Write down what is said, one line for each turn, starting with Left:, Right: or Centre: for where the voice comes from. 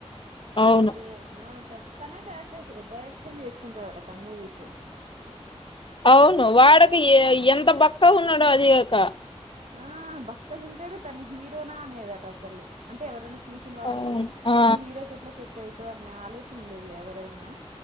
Left: అవును
Right: తనవే ఆ త తనే డైరెక్టర్ డైరెక్షన్ చేసుకుంటాడట తన మూవీస్.
Left: అవును వాడికి ఎంత బక్కగా ఉన్నాడో అదిగాక
Right: ఆ బక్కగా ఉంటడు తను హీరోనా అనేది అట ఒకళ్ళు అంటే ఎవరన్నా చూసిన వారు
Left: అవును
Right: అసలు
Left: ఆ
Right: నువ్వు హీరోకి ఎట్లా సెట్ అయి <unintelligible> అనే ఆలోచన ఉండేది ఎవరైనా